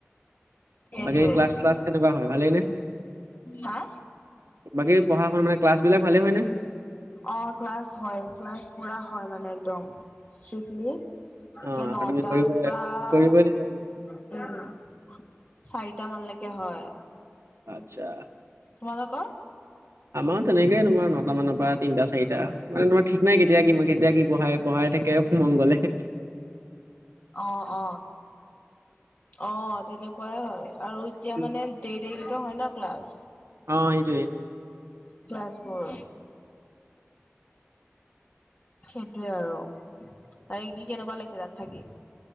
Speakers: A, on the left; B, on the right.
A: সেইটোৱে
B: বাকী ক্লাছ <unintelligible> কেনেকুৱা হয় ভালেইনে
A: হা
B: বাকী পঢ়া শুনা মানে ক্লাছ বিলাক ভালেই হয়নে
A: অ ক্লাছ হয় ক্লাছ পুৰা হয় মানে একদম শ্ৰিকলি
B: অ
A: কৰে নটাৰ
B: আৰু তুমি কৰিব
A: পৰা
B: কৰিবই লাগিব তুমি
A: উম চাৰিটা মানলৈকে হয়
B: আচ্ছা
A: তোমালোকৰ
B: আমাৰো তেনেকে তোমাৰ নটা মানৰ পৰা তিনিটা চাৰিটা মানে তোমাৰ ঠিক নাই কেতিয়া কি মই কেতিয়া কি পঢ়ায় পঢ়াই থাকে মনগলে
A: অ অ অ তেনেকুৱাই হয় আৰু এতিয়া
B: উম,
A: মানে দেৰি দেৰি <unintelligible> হয় ন ক্লাছ
B: অ সেইটোয়ে
A: ক্লাছবোৰ সেইটোৱে আৰু আৰে কি কেনেকুৱা লাগিছে তাত থাকি